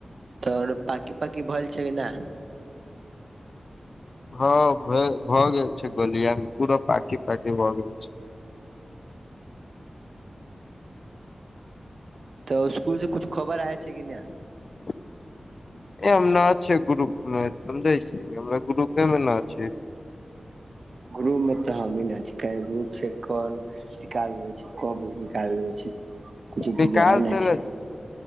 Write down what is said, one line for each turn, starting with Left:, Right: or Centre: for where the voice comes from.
Right: तऽ र पाकी - पाकी भेल छै की नऽ
Left: हँ भए भऽ गेल छै गोलिया मे पूरा पाकी - पाकी भऽ गेल छै
Right: तऽ इसकुल सँ कुछ खबर आय छै कि नऽ
Left: <inaudible> ए हम नऽ छै ग्रुप मे समझै छी हमरा ग्रुपे मऽ नऽ छी
Right: ग्रुप मे तऽ हमी नऽ छी कहे ग्रुप से कोन निकाल दे कब निकाल देबै छै कछु
Left: निकाल
Right: बुझाय नऽ
Left: देले
Right: छै